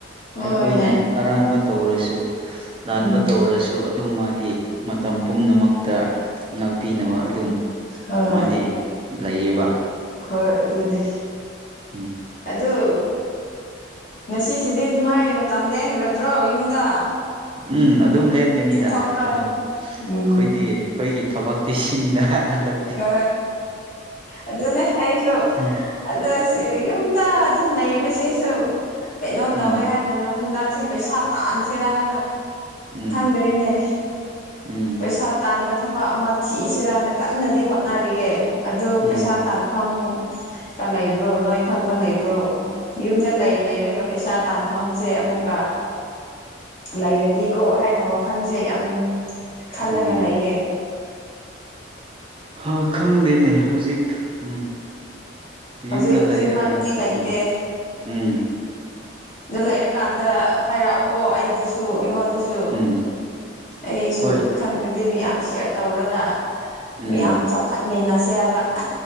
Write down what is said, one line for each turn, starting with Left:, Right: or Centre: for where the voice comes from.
Left: ꯍꯣꯏꯅꯦ
Right: ꯑꯩꯈꯣꯏꯅ ꯑꯔꯥꯟꯕ ꯇꯧꯔꯁꯨ ꯂꯥꯟꯕ
Left: ꯎꯝ
Right: ꯇꯧꯔꯁꯨ ꯑꯗꯨꯝ ꯃꯥꯗꯤ ꯃꯇꯝ ꯄꯨꯝꯅꯃꯛꯇ ꯉꯥꯛꯄꯤꯅꯕ ꯑꯗꯨꯝ
Left: ꯍꯣꯏ
Right: ꯃꯥꯗꯤ ꯂꯩꯌꯦꯕ
Left: ꯍꯣꯏ ꯑꯗꯨꯅꯦ
Right: ꯎꯝ
Left: ꯑꯗꯨ ꯉꯁꯤꯁꯤꯗꯤ ꯗꯨꯃꯥꯏ ꯃꯇꯝ ꯂꯦꯡꯒꯔꯗ꯭ꯔꯣ ꯌꯨꯝꯗ
Right: ꯎꯝ ꯑꯗꯨꯝ ꯂꯦꯟꯒꯅꯤꯗ
Left: ꯆꯠꯊꯣꯛꯑꯔꯣꯏ
Right: ꯑꯗꯨꯝ ꯑꯩꯈꯣꯏꯗꯤ
Left: ꯎꯝ
Right: ꯑꯩꯈꯣꯏꯒꯤ ꯊꯕꯛꯇꯤ ꯁꯤꯅꯤꯅ ꯍꯟꯗꯛ
Left: ꯑ ꯑꯗꯨꯅꯦ ꯑꯩꯁꯨ
Right: ꯎꯝ
Left: ꯑꯗ ꯌꯨꯝꯗ ꯑꯗꯨꯝ ꯂꯩꯕꯁꯤꯁꯨ ꯀꯩꯅꯣ ꯇꯧꯋꯦ
Right: ꯎꯝ
Left: ꯍꯥꯏꯅ ꯍꯟꯗꯛꯁꯦ ꯄꯩꯁꯥ ꯇꯥꯟꯁꯦꯔꯅ
Right: ꯎꯝ
Left: ꯈꯪꯗ꯭ꯔꯦꯅꯦ
Right: ꯎꯝ
Left: ꯄꯩꯁꯥ ꯇꯥꯟꯕ ꯊꯕꯛ ꯑꯃ ꯊꯤꯁꯦꯔꯅ ꯀꯟꯅꯗꯤ ꯍꯣꯠꯅꯔꯤꯌꯦ ꯑꯗꯨ
Right: ꯎꯝ
Left: ꯄꯩꯁꯥ ꯇꯥꯟ ꯐꯝ ꯀ ꯂꯩꯕ꯭ꯔꯣ ꯅꯣꯏ ꯈꯪꯕ ꯂꯩꯕ꯭ꯔꯣ ꯌꯨꯝꯗ ꯂꯩꯔ ꯂꯩꯔꯒ ꯄꯩꯁꯥ ꯇꯥꯟꯐꯝꯁꯦ ꯑꯃꯨꯛꯀ ꯂꯩꯔꯗꯤ ꯀꯣ ꯍꯥꯏꯅ ꯋꯥꯈꯜꯁꯦ ꯌꯥꯝ ꯈꯜꯂꯒ
Right: ꯑꯣ
Left: ꯂꯩꯌꯦ
Right: ꯑ ꯈꯪꯗꯦꯅꯦ ꯍꯧꯖꯤꯛ ꯎꯝ
Left: ꯍꯧꯖꯤꯛ
Right: ꯌꯨꯝꯗ
Left: ꯍꯧꯖꯤꯛꯃꯛꯇꯤ
Right: ꯂꯩꯔꯒ
Left: ꯂꯩꯇꯦ
Right: ꯎꯝ ꯎꯝ
Left: ꯑꯗꯨ ꯂꯩꯔꯀꯥꯟꯗ ꯍꯥꯏꯔꯛꯑꯣꯀꯣ ꯑꯩꯗꯁꯨ ꯑꯩꯉꯣꯟꯗꯁꯨ ꯁꯨ
Right: ꯎꯝ
Left: ꯑꯩꯁꯨ
Right: ꯍꯣꯏ
Left: ꯈꯪꯉꯗꯤ ꯃꯤꯌꯥꯝ ꯁꯤꯌꯥꯔ ꯇꯧꯔꯒ
Right: ꯎꯝ
Left: ꯃꯤꯌꯥꯝ ꯆꯥꯎꯈꯠꯃꯤꯟꯅꯁꯦ ꯍꯥꯏꯕ